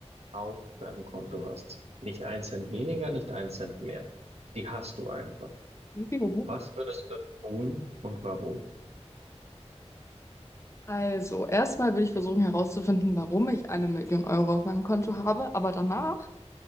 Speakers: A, on the right; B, on the left.
A: auf deinem Konto hast, nicht ein Cent weniger, nicht ein Cent mehr, die hast du einfach.
B: Mhm.
A: Was würdest du tun und warum?
B: Also, erstmal will ich versuchen herauszufinden, warum ich eine Million Euro auf meinem Konto habe, aber danach,